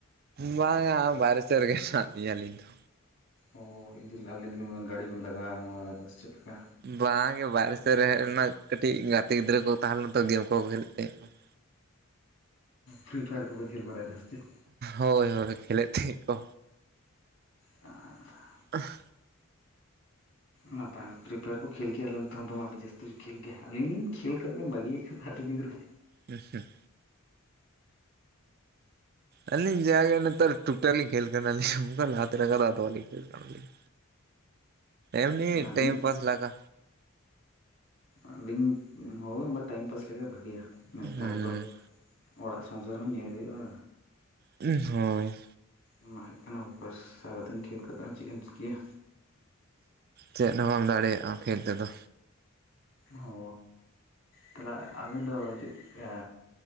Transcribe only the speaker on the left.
ᱚ ᱤᱧ ᱫᱩ ᱟᱞᱮ ᱫᱚᱞᱤᱱ ᱢᱚᱱᱮ ᱜᱟᱹᱲᱤ ᱵᱤᱱ ᱞᱟᱜᱟ ᱟᱢᱟᱫᱟ ᱦᱳᱭᱛᱚ ᱪᱮᱜ ᱠᱟ?
ᱯᱷᱨᱤ ᱯᱷᱟᱭᱟᱨ ᱠᱚᱯᱮ ᱠᱷᱮᱞ ᱵᱟᱲᱟᱭ ᱫᱟ ᱥᱮᱪᱮᱜ?
ᱟᱸᱻ
ᱱᱟᱯᱟᱭ ᱦᱚᱸ ᱯᱷᱤᱨᱤ ᱯᱷᱟᱭᱟᱨ ᱠᱚ ᱠᱷᱮᱞ ᱜᱮᱭᱟᱞᱮ ᱱᱚᱛᱮ ᱦᱚᱸ ᱫᱚᱢᱮ ᱟᱹᱰᱤ ᱡᱟᱹᱥᱛᱤ ᱠᱚ ᱠᱷᱮᱞ ᱜᱮᱭᱟ ᱦᱟᱸ᱾ ᱟᱹᱞᱤᱧ ᱞᱤᱧ ᱠᱷᱮᱞ ᱠᱟᱛᱮ ᱞᱤᱧ ᱵᱟᱹᱜᱤ ᱟᱠᱟᱫᱟ ᱦᱟᱸᱜ ᱟᱹᱰᱤ ᱫᱤᱱ ᱨᱮ᱾
ᱟᱹᱞᱤᱧ
ᱟᱹᱞᱤᱧ ᱦᱳᱭ ᱚᱱᱠᱟ ᱴᱟᱭᱤᱢ ᱯᱟᱥ ᱞᱮᱠᱟ ᱵᱷᱟᱹᱜᱮᱭᱟ ᱱᱮᱛᱟᱨ
ᱫᱚ᱾ ᱚᱲᱟᱜ ᱥᱚᱝᱥᱟᱨ ᱦᱚᱸ ᱧᱮᱞ ᱦᱩᱭᱩᱜᱼᱟ᱾
ᱚᱱᱟ ᱦᱩᱭᱩᱜ ᱠᱟᱱᱟ ᱵᱮᱯᱟᱨ ᱥᱟᱨᱟᱫᱤᱱ ᱠᱷᱮᱞ ᱠᱟᱛᱮᱜ ᱦᱚᱸ ᱪᱮᱜ ᱮᱢ ᱪᱤᱠᱟᱹᱭᱟ᱾
ᱦᱚᱻ ᱛᱟᱦᱞᱮ ᱟᱹᱵᱮᱱ ᱫᱚ ᱪᱮᱫ ᱭᱟᱻ